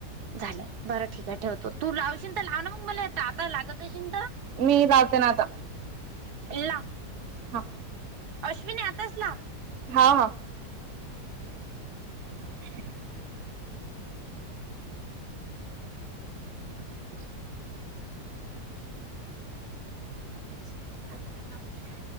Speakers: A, on the right; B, on the right.
A: झालं, बरं ठीक आहे ठेवतो, तू लावशील तर लाव ना मग मला येत आता लागत अशील तर.
B: मी लावत ना आता.
A: इला.
B: हा.
A: अश्विन आताच लाव.
B: हा हा. <inaudible>
A: <unintelligible> <unintelligible>